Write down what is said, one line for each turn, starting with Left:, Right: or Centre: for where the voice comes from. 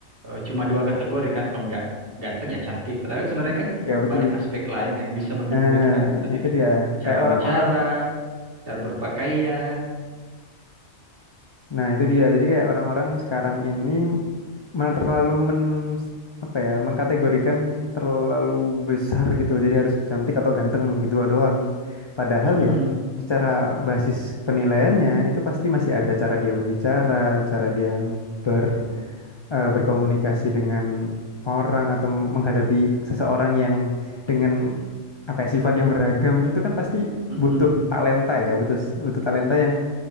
Right: eh, cuma dua kategori kan, kalau nggak ganteng ya cantik. Padahal kan sebenarnya kan
Left: Iya, betul
Right: banyak
Left: tuh.
Right: aspek lain yang bisa mendukung
Left: Nah,
Right: itu kan, entah
Left: itu
Right: itu
Left: dia. Kayak
Right: cara
Left: orang-orang
Right: bicara, cara berpakaian.
Left: Nah, itu dia. Jadi kayak orang-orang sekarang ini men- terlalu men apa ya, mengkategorikan terlalu besar gitu. Jadi harus cantik atau ganteng gitu doang. Padahal
Right: Mm-mm.
Left: ya secara basis penilaiannya itu pasti masih ada cara dia berbicara, cara dia ber
Right: Betul.
Left: eh, berkomunikasi dengan orang atau menghadapi seseorang yang dengan apa ya, sifat yang beragam itu kan pasti
Right: Mm-mm.
Left: butuh talenta ya, butuh butuh talenta yang